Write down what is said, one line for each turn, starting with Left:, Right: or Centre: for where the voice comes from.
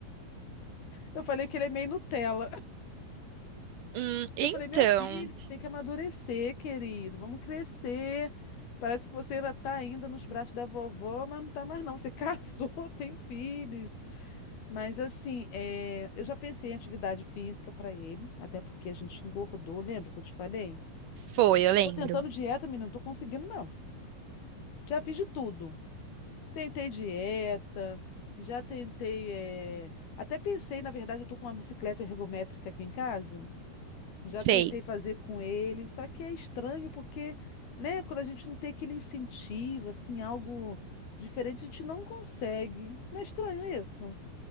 Left: eu falei que ele é meio Nutella.
Right: Hum, então,
Left: Eu falei, meu filho, você tem que amadurecer, querido. Vamos crescer. Parece que você ainda está ainda nos braços da vovó, mas não está mais não. Você <laughs> casou, tem filhos. Mas assim, é, eu já pensei em atividade física para ele, até porque a gente engordou, lembra que eu te falei?
Right: foi, eu
Left: Estou
Right: lembro.
Left: tentando dieta, menina, não estou conseguindo não. Já fiz de tudo. Tentei dieta, já tentei, é, até pensei, na verdade, eu tô com uma bicicleta ergométrica aqui em casa. Já
Right: Sei.
Left: tentei fazer com ele, só que é estranho porque, né, quando a gente não tem aquele incentivo, assim, algo diferente, a gente não consegue. Não é estranho isso?